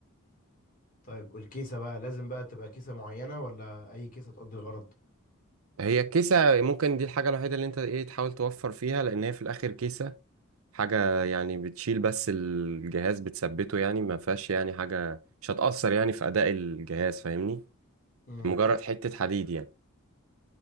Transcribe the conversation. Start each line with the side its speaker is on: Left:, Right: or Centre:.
Left: طيب والكيسة بقى لازم بقى تبقى كيسة معينة ولا أي كيسة تقضي الغرض؟
Right: هي الكيسة ممكن دي الحاجة الوحيدة اللي انت ايه تحاول توفر فيها لأن هي في الآخر كيسة حاجة يعني بتشيل بس الجهاز بتثبته يعني ما فيهاش يعني حاجة مش هتأثر يعني في أداء الجهاز فاهمني
Left: امم
Right: مجرد حتة حديد يعني